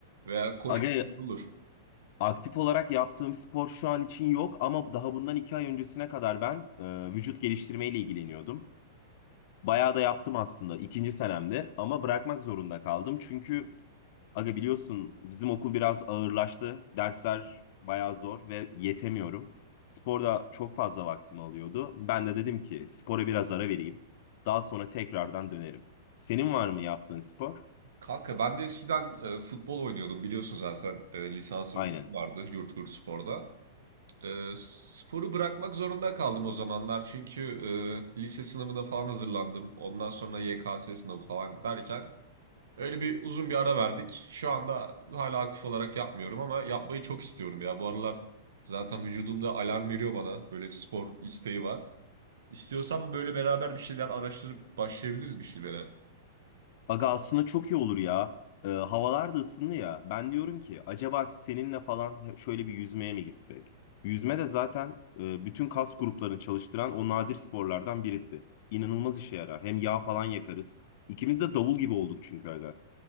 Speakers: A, on the right; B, on the left.
A: veya koşma
B: Aga
A: olur.
B: Aktif olarak yaptığım spor şu an için yok ama daha bundan iki ay öncesine kadar ben e, vücut geliştirmeyle ilgileniyordum. Bayağı da yaptım aslında ikinci senemde ama bırakmak zorunda kaldım. Çünkü aga biliyorsun bizim okul biraz ağırlaştı. Dersler bayağı zor ve yetemiyorum. Sporda çok fazla vaktimi alıyordu. Ben de dedim ki spora biraz ara vereyim. Daha sonra tekrardan dönerim. Senin var mı yaptığın spor?
A: Kanka ben de eskiden e, futbol oynuyordum biliyorsun zaten e, lisansım
B: Aynen.
A: falan vardı Yurtgurt Spor'da. E, sporu bırakmak zorunda kaldım o zamanlar çünkü e, lise sınavına falan hazırlandım. Ondan sonra YKS sınavı falan derken öyle bir uzun bir ara verdik. Şu anda hala aktif olarak yapmıyorum ama yapmayı çok istiyorum ya. Bu aralar zaten vücudumda alarm veriyor bana böyle spor isteği var. İstiyorsan böyle beraber bir şeyler araştırıp başlayabiliriz bir şeylere.
B: Aga aslında çok iyi olur ya. Ee, havalar da ısındı ya. Ben diyorum ki acaba seninle falan şöyle bir yüzmeye mi gitsek? Yüzme de zaten e, bütün kas gruplarını çalıştıran o nadir sporlardan birisi. İnanılmaz işe yarar. Hem yağ falan yakarız. İkimiz de davul gibi olduk çünkü aga.